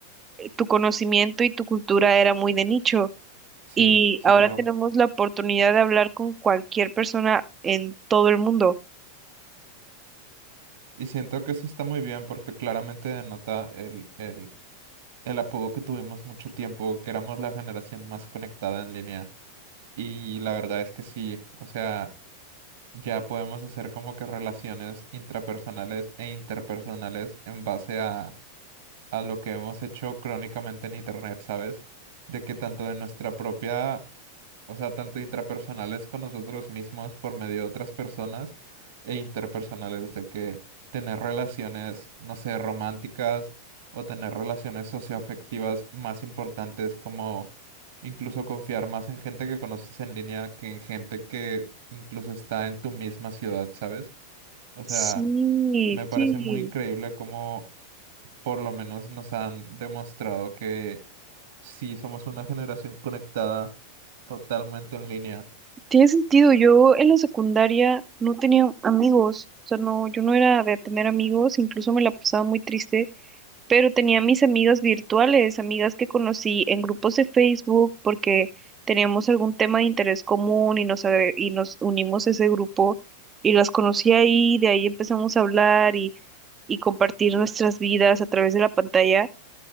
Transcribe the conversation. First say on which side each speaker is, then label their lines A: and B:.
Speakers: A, on the right; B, on the right.
A: tu conocimiento y tu cultura era muy de nicho.
B: sí,
A: Y
B: sí,
A: ahora
B: claro.
A: tenemos la oportunidad de hablar con cualquier persona en todo el mundo.
B: Y siento que eso está muy bien porque claramente denota el, el el apodo que tuvimos mucho tiempo, que éramos la generación más conectada en línea. Y la verdad es que sí, o sea, ya podemos hacer como que relaciones intrapersonales e interpersonales en base a a lo que hemos hecho crónicamente en internet, ¿sabes? De que tanto de nuestra propia, o sea, tanto intrapersonales con nosotros mismos por medio de otras personas e interpersonales, de que tener relaciones, no sé, románticas o tener relaciones socioafectivas más importantes como incluso confiar más en gente que conoces en línea que en gente que incluso está en tu misma ciudad, ¿sabes? O
A: Sí,
B: sea, me parece
A: sí.
B: muy increíble cómo por lo menos nos han demostrado que sí somos una generación conectada totalmente en línea.
A: Tiene sentido, yo en la secundaria no tenía amigos, o sea, no, yo no era de tener amigos, incluso me la pasaba muy triste, pero tenía mis amigas virtuales, amigas que conocí en grupos de Facebook porque teníamos algún tema de interés común y nos, agre- y nos unimos a ese grupo y las conocí ahí, de ahí empezamos a hablar y, y compartir nuestras vidas a través de la pantalla